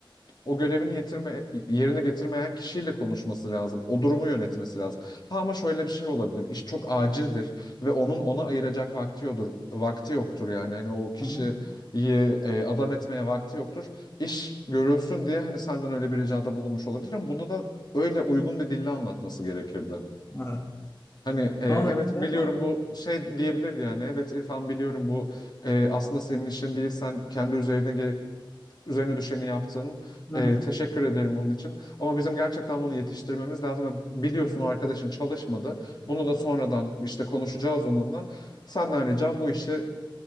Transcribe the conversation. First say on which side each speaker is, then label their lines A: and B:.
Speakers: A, on the left; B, on the left.
A: o görevini yetirme, yerine getirmeyen kişiyle konuşması lazım. O durumu yönetmesi lazım. Ha ama şöyle bir şey olabilir. İş çok acildir ve onun ona ayıracak vakti yoktur. Vakti yoktur yani. Hani o kişiyi
B: Aha.
A: e, adam etmeye vakti yoktur. İş görülsün diye hani senden öyle bir ricada bulunmuş olabilir ama bunu da öyle uygun bir dille anlatması gerekirdi.
B: Evet.
A: Hani e, evet
B: Sonra işte
A: biliyorum
B: o-
A: bu şey diyebilirdi yani. Evet İrfan biliyorum bu e, aslında senin işin değil. Sen kendi üzerine ge- Üzerine düşeni yaptın.
B: hı
A: Ee,
B: hı,
A: teşekkür ederim bunun için. Ama bizim gerçekten bunu yetiştirmemiz lazım. Biliyorsun o arkadaşın çalışmadı. Bunu da sonradan işte konuşacağız onunla. Senden ricam bu işi